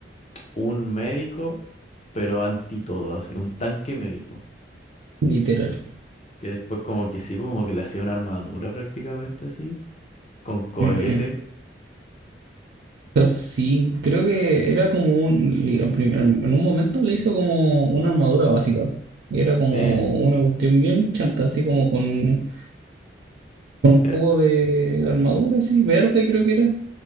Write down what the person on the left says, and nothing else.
un médico, pero anti todo, así, un tanque médico.
Que después como que sí, pues como que le hacía una armadura prácticamente así, con cohete.
Eh,
era,